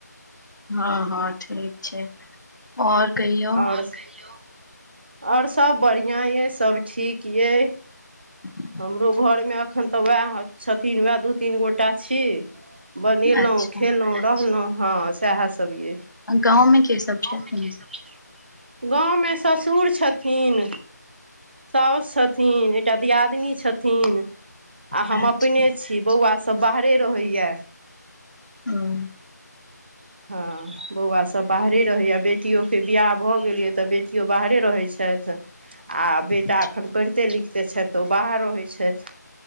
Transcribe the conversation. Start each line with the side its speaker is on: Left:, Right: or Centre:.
Left: हँ हँ ठीक छै आओर कहियौ?
Right: आओर आओर सब बढ़ियां ये सब ठीक यइ।
Left: ह
Right: हमरो घरमे अखन तऽ वेएह छथिन वेए दू तीन गोटा छी। बनेलौं
Left: अच्छा
Right: खेलौं रहलहु हँ सेएहे सब ये।
Left: आ गाँंव मे के सब छथिन
Right: गांव मे के सब छै? गाँव मे ससुर छथिन। साउस छथिन एकटा दियादिनी छथिन। आ हम
Left: अच्छा
Right: अपने छी बौवासब बाहरे रहैये।
Left: हँ।
Right: हँ। बौवासब बाहरे रहैये बेटियो के बियाह भऽ गेल ये तऽ बेटियो बाहरे रहै छैथ। आ बेटा
Left: अच्छा
Right: अखन पढ़िते लिखते छैथ त ओ बाहर रहै छैथ।